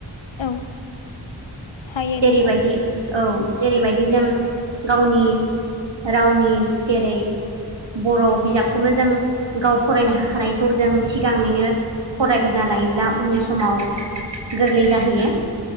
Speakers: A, on the left; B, on the right.
A: औ हायो नोंथां
B: जेरैबायदि औ जेरैबायदि जों गावनि रावनि जेरै बर' बिजाबखौनो जों गाव फरायनो हाग खानायखौ जों सिगाङैनो फरायग्रोना लायोब्ला उननि समाव गोरलै जाहैयो